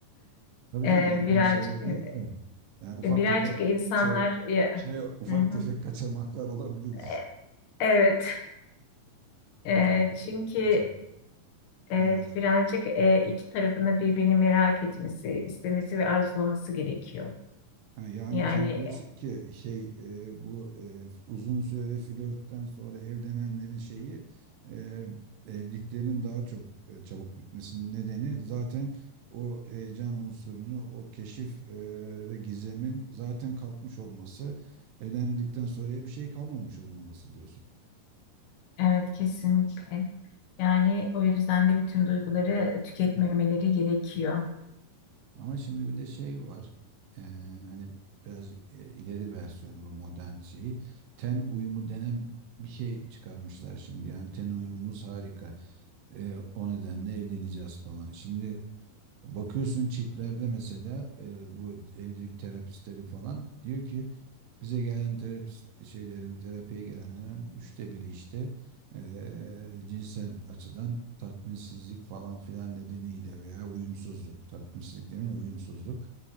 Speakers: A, on the right; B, on the left.
A: Tabii
B: Ee,
A: canım en son
B: birazcık
A: seviye
B: e,
A: değil de yani ufak
B: birazcık
A: tefek
B: insanlar
A: şey,
B: ya,
A: şey ufak
B: hı hı.
A: tefek kaçamaklar olabilir
B: E-
A: diyor.
B: Evet.
A: <laughs>
B: Ee,
A: Tatlı
B: çünkü
A: ka- kaçamak.
B: evet
A: Evet.
B: birazcık e, iki tarafında birbirini merak etmesi, istemesi ve arzulaması gerekiyor.
A: Ha, yani
B: Yani
A: sen diyorsun ki şey e, bu e, uzun süreli flörtten sonra evlenenlerin şeyi e, evliliklerinin daha çok e, çabuk bitmesinin nedeni zaten o heyecan unsurunu, o keşif e, ve gizemin zaten kalkmış olması, evlendikten sonra bir şey kalmamış olmaması diyorsun.
B: evet kesinlikle. Yani o yüzden de bütün duyguları tüketmemeleri gerekiyor.
A: Ama şimdi bir de şey var. Ee, hani biraz e, ileri versiyonu bu modern şeyi. Ten uyumu denen bir şey çıkarmışlar şimdi. Yani ten uyumumuz harika. Ee, o nedenle evleneceğiz falan. Şimdi bakıyorsun çiplerde mesela e, bu evlilik terapistleri falan diyor ki bize gelen terapist e, şeylerin, terapiye gelenlerin üçte biri işte eee, cinsel açıdan tatminsizlik falan filan nedeniyle veya uyumsuzluk, tatminsizlik demeyin uyumsuzluk